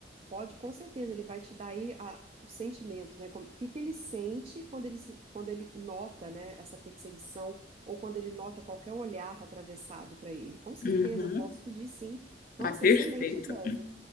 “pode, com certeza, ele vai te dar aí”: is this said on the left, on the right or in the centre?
Right